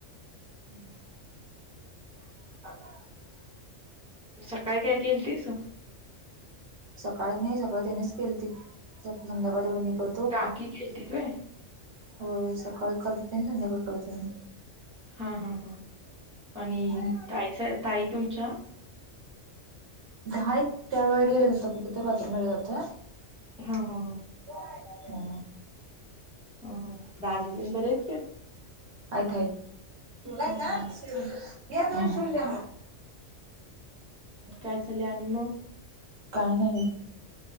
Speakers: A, on the right (about 65°); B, in the centre.
A: हम्म! <inaudible>
B: सकाळी काय केलतीस?
A: सकाळी नाही सकाळी त्यांनेच केलती संध्याकाळी तेवढ मी कर
B: काकी खेळती तु आहे
A: होय सकाळी करत हो संध्याकाळी करत हो
B: हा हा हा आणि
A: मी
B: ताई ताई तुमच्या
A: हा त्या वगैर गेले जात कुठु तर बातूम ग जत
B: हा हा
A: हा
B: हो दजी तन बरे आहेत का
A: आयय शव
B: हा हा
A: शव शव
B: काय चालं आणि मग
A: काय नाही